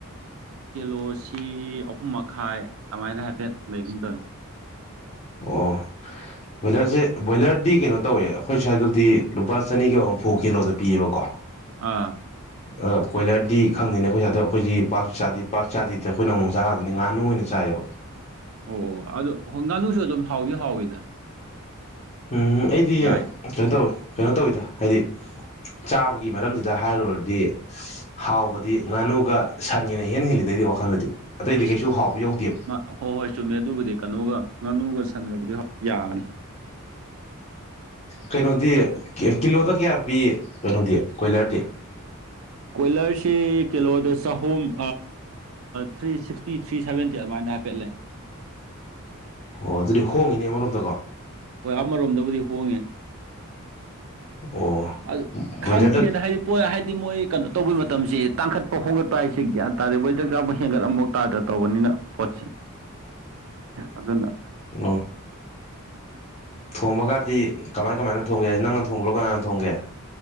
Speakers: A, on the right; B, on the left.
A: ꯀꯤꯂꯣꯁꯤ ꯑꯍꯨꯝ ꯃꯈꯥꯏ ꯑꯗꯨꯃꯥꯏꯅ ꯍꯥꯏꯐꯦꯠ ꯂꯩꯒꯨꯝ ꯇꯧꯋꯦ
B: ꯑꯣ ꯕꯣꯏꯂꯔꯁꯦ ꯕꯣꯏꯂꯔꯗꯤ ꯀꯩꯅꯣ ꯇꯧꯋꯦ ꯑꯩꯈꯣꯏ ꯁ꯭ꯋꯥꯏꯗꯗꯤ ꯂꯨꯄꯥ ꯆꯅꯤꯒ ꯍꯨꯝꯐꯨ ꯀꯤꯂꯣꯗ ꯄꯤꯑꯕꯀꯣ
A: ꯑꯥ
B: ꯑ ꯀꯣꯏꯂꯔꯗꯤ ꯈꯪꯗꯦꯅꯦ ꯑꯩꯈꯣꯏꯁꯦ ꯑꯗꯣ ꯑꯩꯈꯣꯏꯁ ꯄꯥꯛꯁꯨ ꯆꯥꯗꯦ ꯄꯥꯛ ꯆꯥꯗꯦꯗ ꯑꯩꯈꯣꯏꯅ ꯑꯃꯨꯛ ꯃ ꯆꯆꯥ ꯉꯥꯛꯗꯅꯤ ꯉꯥꯅꯨ ꯑꯣꯏꯅ ꯆꯥꯏꯌꯦꯕ
A: ꯑꯣ ꯑꯗꯨ ꯍꯣꯏ ꯉꯥꯅꯨꯁꯨ ꯑꯗꯨꯝ ꯍꯥꯎꯗꯤ ꯍꯥꯎꯋꯤꯗ
B: ꯎꯝ ꯑꯩꯗꯤ
A: ꯌꯥꯏ
B: ꯀꯩꯅꯣ ꯇꯧꯋꯦ ꯀꯩꯅꯣ ꯇꯧꯋꯤꯗ ꯍꯥꯏꯗꯤ ꯆꯥꯕ ꯒꯤ ꯃꯔꯝꯁꯤꯗ ꯍꯥꯏꯔꯨꯔꯗꯤ ꯍꯥꯎꯕꯗꯤ ꯉꯥꯅꯨꯒ ꯁꯟꯒꯅ ꯏꯍꯦꯟ ꯍꯦꯜꯂꯤꯗ ꯑꯩ ꯋꯥꯈꯜꯗꯗꯤ ꯑꯇꯩꯗꯤ
A: ꯑꯁ
B: ꯀꯩꯁꯨ ꯍꯥꯎꯕ ꯌꯧꯗꯦꯕ
A: ꯃꯥ ꯍꯣꯏ ꯍꯣꯏ ꯆꯨꯝꯃꯦ ꯑꯗꯨꯕꯨꯗꯤ ꯀꯩꯅꯣꯒ ꯉꯥꯅꯨꯒ ꯁꯟꯒꯕꯨꯗꯤ ꯌꯥꯕꯅꯤ
B: ꯀꯩꯅꯣꯗꯤ ꯀꯤꯂꯣꯗ ꯀꯌꯥ ꯄꯤ ꯀꯩꯅꯣꯗꯤ ꯀꯣꯏꯂꯔꯗꯤ
A: ꯀꯣꯏꯂꯔꯁꯤ ꯀꯤꯂꯣꯗ ꯆꯍꯨꯝ ꯊ꯭ꯔꯤ ꯁꯤꯛꯁꯇꯤ ꯊ꯭ꯔꯤ ꯁꯕꯦꯟꯇꯤ ꯑꯗꯨꯃꯥꯏꯅ ꯍꯥꯏꯐꯦꯠ ꯂꯩꯦ
B: ꯑꯣ ꯑꯗꯨꯗꯤ ꯍꯣꯡꯉꯤꯅꯦ ꯑꯃꯔꯣꯝꯗꯀꯣ
A: ꯍꯣꯏ ꯑꯃꯔꯣꯝꯗꯕꯨꯗꯤ ꯍꯣꯡꯉꯦ
B: ꯑꯣ
A: ꯑꯗꯨ
B: ꯕꯣꯏꯂꯔꯗ
A: ꯈꯪꯗꯦꯗ ꯍꯥꯏꯗꯤ ꯄꯣꯏ ꯍꯥꯏꯗꯤ ꯃꯣꯏ ꯀꯩꯅꯣ ꯇꯧꯕꯩ ꯃꯇꯝꯁꯦ ꯇꯥꯡꯈꯠꯄ ꯍꯣꯒꯠꯄ ꯍꯥꯏꯁꯦ ꯒ꯭ꯌꯥꯟ ꯇꯥꯔꯦ ꯕꯣꯏ ꯆꯥꯛ ꯆꯥꯕ ꯍꯦꯟꯒꯠꯂꯝꯐꯧ ꯇꯥꯗ ꯇꯧꯕꯅꯤꯅ ꯄꯣꯠꯁꯦ ꯑꯗꯨꯅ
B: ꯎꯝ ꯊꯣꯡꯕꯒꯗꯤ ꯀꯃꯥꯏ ꯀꯃꯥꯏꯅ ꯊꯣꯡꯒꯦ ꯍꯥꯏꯗꯤ ꯅꯪꯅ ꯊꯣꯡꯕ꯭ꯔꯣ ꯀ ꯊꯣꯡꯒꯦ